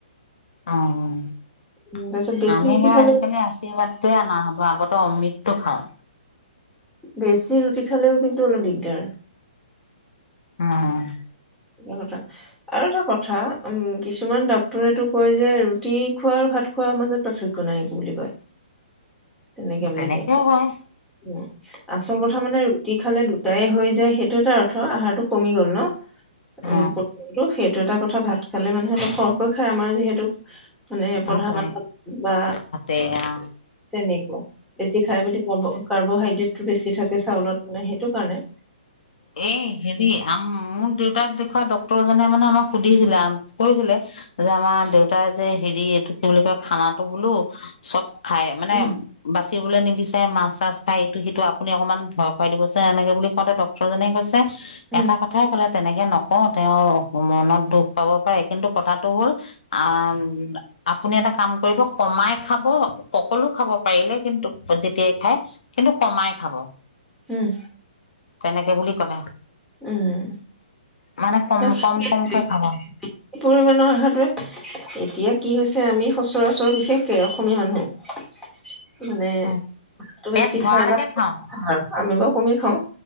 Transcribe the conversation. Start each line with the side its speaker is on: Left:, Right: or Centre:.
Left: অ আমি
Centre: উম তাৰপিছত বেছি ৰুটি
Left: বাৰ
Centre: খালে
Left: আজিকালি আশীৰ্বাদ তে অনা হবো আগতে অমৃতটো খাওঁ
Centre: বেছি ৰুটি খালেও কিন্তু অলপ দিগদাৰ
Left: উম
Centre: কথা আৰু এটা কথা উম, কিছুমান ডাক্তৰেটো কয় যে ৰুটি খোৱাৰ ভাত খোৱাৰ মাজত পাৰ্থক্য নাই বুলি কয়? তেনেকে
Left: অ
Centre: বুলি
Left: তেনেকেও
Centre: কয়
Left: হয়
Centre: উ' আচল কথা মানে ৰুটি খালে দুটাই হৈ যায় সেইটো এটা অৰ্থ আহাৰটো কমি গ'ল ন
Left: অ
Centre: উ পৰিমণটো। সেইটো এটা কথা ভাত খালে মানুহে অলপ সৰহকৈ খায় আমাৰ যিহেতু মানে প্ৰধানম
Left: ভাতে
Centre: বা
Left: ভাতে অ
Centre: তেনেকুৱা বেছি খাই বুলি কব, কাৰ্বহাইড্ৰেটটো বেছি থাকে চাউলত মানে সেইটো কাৰণে।
Left: এ হেৰি আম মোৰ দেউতাক দেখ ডক্তৰ জনে মানে আমাক সুধিছিলে কৈছিলে যে আমাৰ দেউতাই যে হেৰি এইটো বুলি ক? খানাটো বোলো চব খাই মানে
Centre: উম
Left: বা ছিবলৈ নিবিচাৰে মাছ চাছ খাই এইটো সেইটো আপুনি অকণমান ভয় খুৱাই দিবচোন এনেকে বুলি কওঁতে ডক্টৰ জনে কৈছে
Centre: উম
Left: এটা কথাই ক'লে, তেনেকে নকওঁ তেওঁৰ মনত দুখ পাব পাৰে কিন্তু কথাটো হ'ল আ', আপুনি এটা কাম কৰিব কমাই খাব সকলো খাব পাৰিলে কিন্তু যেতিয়াই খায়। কিন্তু কমাই খাব।
Centre: হম,
Left: তেনেকে বুলি ক'লে।
Centre: উম,
Left: মানে কম
Centre: কি
Left: কম কমকে খাব
Centre: পৰিমণৰ আহাৰটোৱে এতিয়া কি হৈছে আমি সচৰাচৰৰ বিশেষকে অসমীয়া মানুহ মানে
Left: উম
Centre: ভাতটো
Left: পেট
Centre: বেছি
Left: ভৰালৈকে
Centre: খাই বা।
Left: খাওঁ
Centre: আমি বাৰ কমি খাওঁ